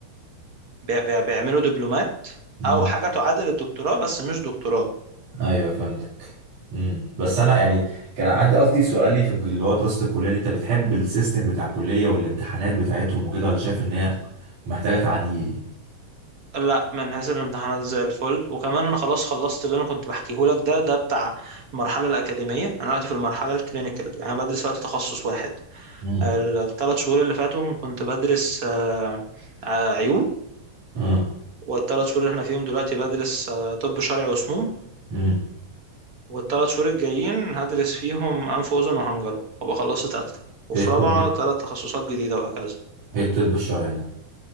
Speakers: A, on the right; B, on the right.
A: بي- بي- بيعملوا دبلومات
B: مم.
A: او حاجه تعادل الدكتوراه بس مش دكتوراه
B: ايوه فهمتك امم بس انا يعني كان عندي قصدي سؤالي في اللي هو دراسه الكليه دي انت بتحب السيستم بتاع الكليه والامتحانات بتاعتهم وكده ولا شايف ان هي محتاجه تعديل يعني
A: لا من حيث الامتحانات زي الفل وكمان انا خلاص خلصت اللي انا كنت بحكيه لك ده ده بتاع المرحله الاكاديميه انا دلوقتي في المرحله الكلينيكال يعني انا بدرس وقت تخصص واحد
B: امم
A: الثلاث شهور اللي فاتهم كنت بدرس آه، آه، عيون
B: امم
A: والثلاث شهور اللي احنا فيهم دلوقتي بدرس آه، طب شرعي وسموم
B: امم
A: والثلاث شهور الجايين هدرس فيهم انف واذن وحنجره وابقى خلصت ثالثه وفي
B: ايه الطب
A: رابعه ثلاث تخصصات جديده وهكذا
B: ايه الطب الشرعي ده